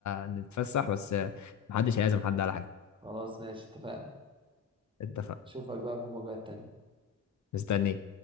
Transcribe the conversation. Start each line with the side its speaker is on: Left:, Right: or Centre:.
Left: على- نتفسح بس آه، محدش هيعزم حد على حاجة
Right: خلاص ماشي اتفقنا
Left: اتفق
Right: أشوفك بقى في مواجهات تانية
Left: مستنيك